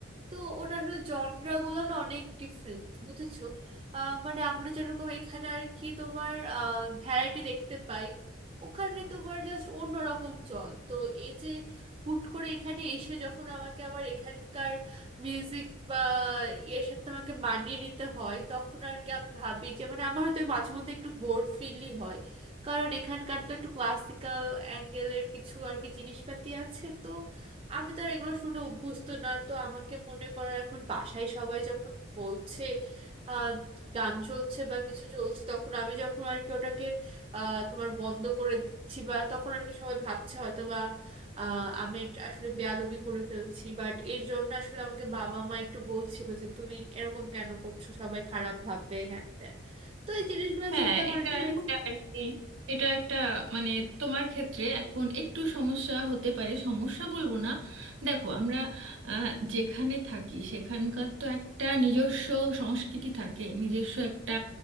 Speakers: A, on the right; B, on the right.
A: তো ওটা আসলে জনরাগুলো না অনেক ডিফারেন্ট বুঝেছো আহ, মানে আমরা যেরকম এখানে আর কি তোমার ভ্যারাইটি দেখতে পাই ওখানে তোমার জাস্ট অন্যরকম চল তো এই যে হুট করে এখানে এসে যখন আমাকে আবার এখানকার মিউজিক বা এর সাথে আমাকে মানিয়ে নিতে হয় তখন আর কি আমি ভাবি যে মানে আমার হয়তো মাঝে মধ্যে একটু বোর ফিলই হয় কারণ এখানকার তো একটু ক্লাসিক্যাল অ্যাঙ্গেলের কিছু আর কি জিনিসপাতি আছে তো আমি তো আর এগুলো শুনে অভ্যস্ত না তো আমাকে মনে করো এখন বাসায় সবাই যখন বলছে আহ, গান চলছে বা কিছু চলছে তখন আমি যখন আর কি ওটাকে আহ, তোমার বন্ধ করে দিচ্ছি বা তখন আর কি সবাই ভাবছে হয়তো আহ আমি একটা আসলে বেয়াদবি করে ফেলছি বাট এর জন্য আসলে আমাকে বাবা মা একটু বলছিল যে তুমি এরকম কেন করছো সবাই খারাপ ভাববে হ্যান ত্যান তো এই জিনিসগুলো
B: হ্যাঁ
A: চিন্তা করে
B: এটা
A: আসলে
B: একটা আর কি এটা একটা মানে তোমার ক্ষেত্রে এখন একটু সমস্যা হতে পারে সমস্যা বলবো না দেখো আমরা আহ, যেখানে থাকি সেখানকার তো একটা নিজস্ব সংস্কৃতি থাকে নিজস্ব একটা